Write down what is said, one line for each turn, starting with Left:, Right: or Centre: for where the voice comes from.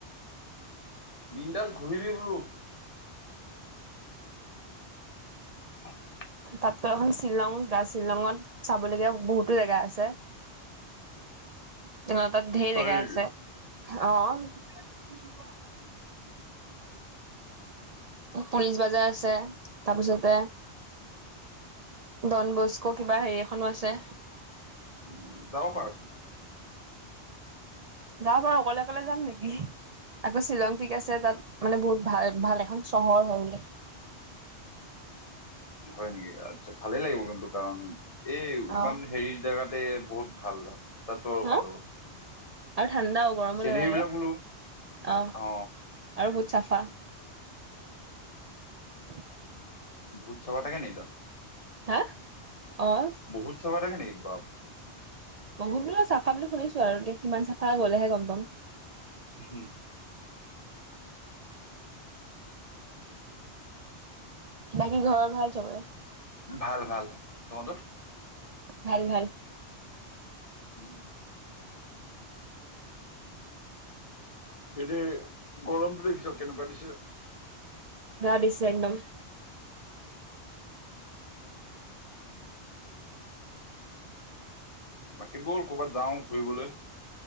Left: বিণ্ডাজ ঘূৰিবি বোলো। <inaudible>
Right: তাতকৈ এখন শ্বিলং যা। শ্বিলঙত চাবলগীয়া বহুতো জেগা আছে।
Left: <inaudible>
Right: তেনে তাত ঢেৰ
Left: হয়
Right: জেগা
Left: নেকি?
Right: আছে, অঅ। পুলিচ বাজাৰ আছে। তাৰপিছতে ডন বস্কো কিবা হেৰি এখনো আছে।
Left: উ যাব পাৰছোন।
Right: যাব পাৰো। অকলে অকলে যাম নেকি? আকৌ শ্বিলং পিক আছে, তাত মানে বহুত ভাল ভাল এখন চহৰ হয় বোলে।
Left: হয় নেকি? আচ্ছা ভালে লাগিব কিন্তু কাৰণ এই ইমান
Right: অ
Left: হেৰি জোগাতে বহুত ভাল ত তোৰ
Right: হা
Left: ভাল হ'ব।
Right: আৰু ঠাণ্ডাও, গৰমো
Left: চিনেৰী
Right: নালাগে।
Left: বিলাক
Right: অ,
Left: বোলো অ
Right: আৰু বহুত চাফা। <inaudible>
Left: ভূত চভা তাকে নিতো।
Right: হা? অ',
Left: বহুত চাফা থাকে নেকি? বাপ
Right: বহুত বোলো চাফা বুলি শুনিছো আৰু। এতিয়া কিমান চাফা গলেহে গম পাম।
Left: হুম।
Right: বাকী ঘৰৰ ভাল চবএ?
Left: ভাল ভাল তহঁতৰ?
Right: ভাল, ভাল।
Left: উম। এনেই গৰমটো দেখিছ কেনেকুৱা দিছে।
Right: ৰা দিছে একদম।
Left: বাকী ব'ল ক'ৰবাত যাওঁ ঘূৰিবলে।